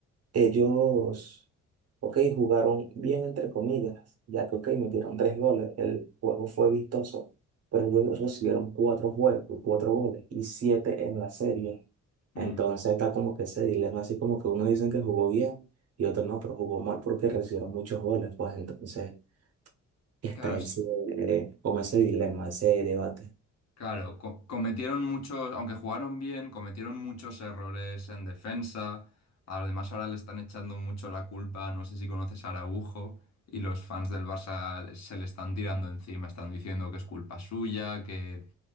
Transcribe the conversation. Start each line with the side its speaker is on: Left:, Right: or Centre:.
Right: Ellos, ok, jugaron bien entre comillas, ya que, ok, metieron tres goles, el juego fue vistoso, pero ellos recibieron cuatro juegos, cuatro goles y siete en la serie. Entonces
Left: Mm.
Right: está como que ese dilema, así como que uno dicen que jugó bien y otro no, pero jugó mal porque recibieron muchos goles, pues entonces está
Left: Claro, es-
Right: ese, eh, como ese dilema, ese debate.
Left: claro, co- cometieron muchos, aunque jugaron bien, cometieron muchos errores en defensa. Además, ahora le están echando mucho la culpa, no sé si conoces a Araujo, y los fans del Barça se le están tirando encima, están diciendo que es culpa suya, que